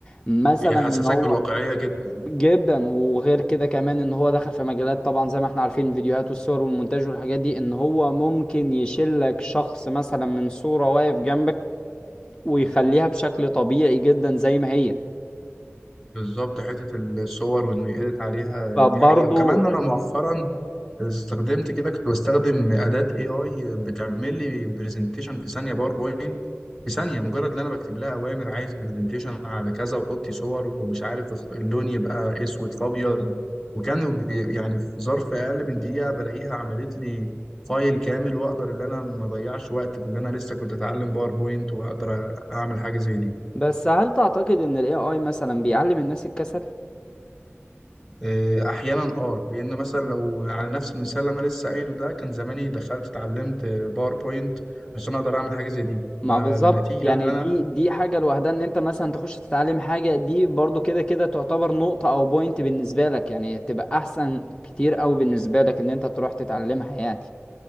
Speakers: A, on the left; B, in the centre.
A: مثلا
B: بيحسسك
A: ان هو
B: بالواقعيه جدا
A: جدا وغير كده كمان ان هو دخل في مجالات طبعا زي ما احنا عارفين الفيديوهات والصور والمونتاج والحاجات دي ان هو ممكن يشيلك شخص مثلا من صوره واقف جنبك ويخليها بشكل طبيعي جدا زي ما هي
B: بالظبط حتة الصور وإنه يedit عليها
A: فبرضو
B: دي حقيقة وكمان أنا مؤخرا استخدمت كده كنت بستخدم أداة AI بتعمل لي برزنتيشن في ثانية باوربوينت في ثانية مجرد إن أنا بكتب لها أوامر عايز برزنتيشن على كذا وحطي صور ومش عارف اخت- اللون يبقى أسود في أبيض وكانوا بي- يعني في ظرف أقل من دقيقة بلاقيها عملت لي فايل كامل وأقدر إن أنا ما أضيعش وقت في اللي أنا لسه كنت أتعلم باوربوينت وأقدر أعمل حاجة زي دي
A: بس هل تعتقد ان ال AI مثلا بيعلم الناس الكسل؟
B: إيه، احيانا اه لان مثلا لو على نفس المثال اللي انا لسه قايله ده كان زماني دخلت اتعلمت باوربوينت عشان اقدر اعمل حاجه زي دي
A: ما
B: فالنتيجه
A: بالظبط يعني
B: اللي انا
A: دي دي حاجة لوحدها ان انت مثلا تخش تتعلم حاجة دي برضو كده كده تعتبر نقطة او بوينت بالنسبة لك يعني تبقى احسن كتير اوي بالنسبة لك ان انت تروح تتعلمها يعني